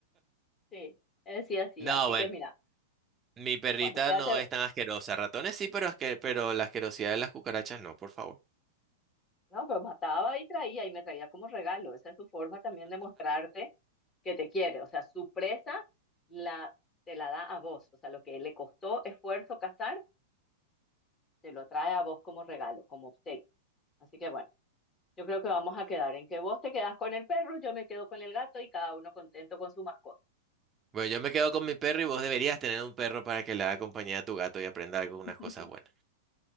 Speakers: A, on the left; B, on the right.
A: Sí, él sí, así.
B: No,
A: Así
B: bueno.
A: que mira,
B: Mi perrita
A: bueno, quédate,
B: no es tan asquerosa. Ratones sí, pero, asque- pero la asquerosidad de las cucarachas no, por favor.
A: No, pero mataba y traía y me traía como regalo. Esa es su forma también de mostrarte que te quiere. O sea, su presa la, te la da a vos. O sea, lo que le costó esfuerzo cazar, te lo trae a vos como regalo, como obsequio. Así que bueno, yo creo que vamos a quedar en que vos te quedás con el perro, yo me quedo con el gato y cada uno contento con su mascota.
B: Bueno, yo me quedo con mi perro y vos deberías tener un perro para que le haga compañía a tu gato y aprenda algunas
A: <laughs>
B: cosas buenas.